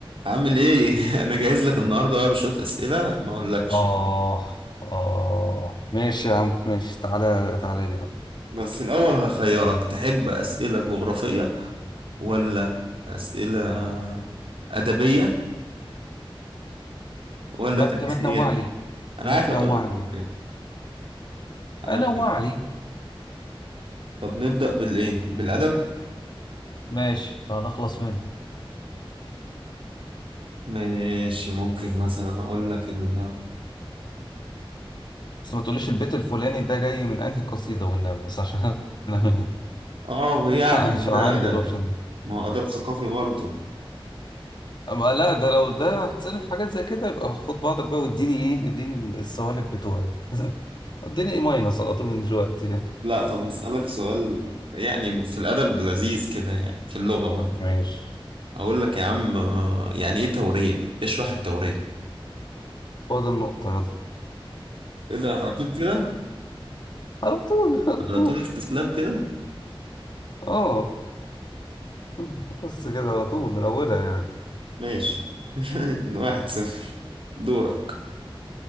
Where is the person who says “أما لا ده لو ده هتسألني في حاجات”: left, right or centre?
Left